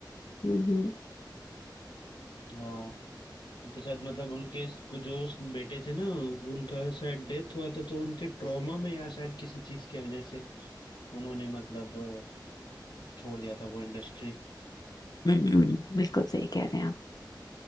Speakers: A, on the left; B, on the left.
A: हम्म
B: हाँ उनके साथ मतलब उनके कुछ जो बेटे थे ना उनका शायद डेथ हुआ था तो उनके ट्रॉमा में या शायद किसी चीज की वजह से उन्होंने मतलब अ, छोड़ दिया था वो इंडस्ट्री
A: हम्म, हम्म, बिल्कुल सही कह रहे हैं आप